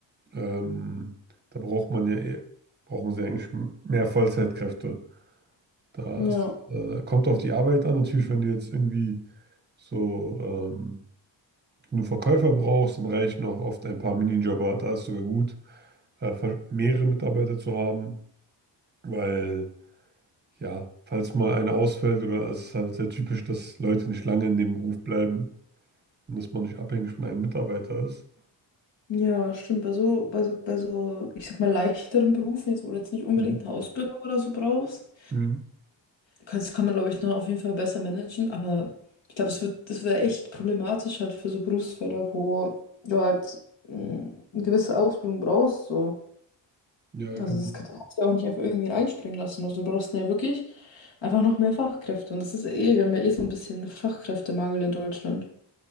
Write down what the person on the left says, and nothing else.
Ja.
Ja, stimmt. Bei so, bei so, bei so, ich sag mal, leichteren Berufen, jetzt, wo du jetzt nicht unbedingt
eine Ausbildung oder so brauchst.
Das kann man, glaube ich, noch auf jeden Fall besser managen, aber ich glaube, es wird, das wäre echt problematisch halt für so Berufsfelder, wo du halt mh, eine gewisse Ausbildung brauchst. So.
Also
das kann- kannst du ja auch nicht einfach irgendwie einspringen lassen. Also du brauchst ja wirklich einfach noch mehr Fachkräfte. Und das ist eh, wir haben ja eh so ein bisschen Fachkräftemangel in Deutschland.